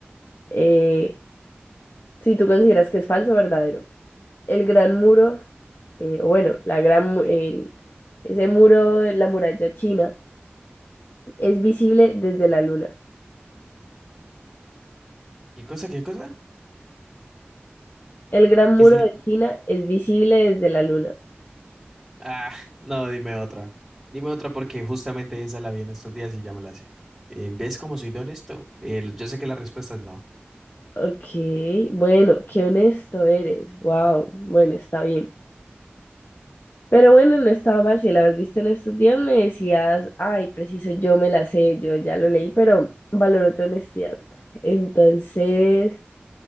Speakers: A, on the left; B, in the centre.
A: eh, si tú consideras que es falso o verdadero. El gran muro, eh, o bueno, la gran, mu- el- ese muro de la muralla china es visible desde la luna.
B: ¿Qué cosa, qué cosa?
A: El gran
B: Que
A: muro
B: si
A: de China es visible desde la luna.
B: Ah, no, dime otra. Dime otra porque justamente esa la vi en estos días y ya me la hacía. ¿ves cómo soy de honesto? Eh, yo sé que la respuesta es no.
A: Ok, bueno, qué honesto eres. Wow, bueno, está bien. Pero bueno, no estaba mal. Si la habías visto en estos días, me decías, ay, preciso, yo me la sé, yo ya lo leí, pero valoro tu honestidad. Entonces,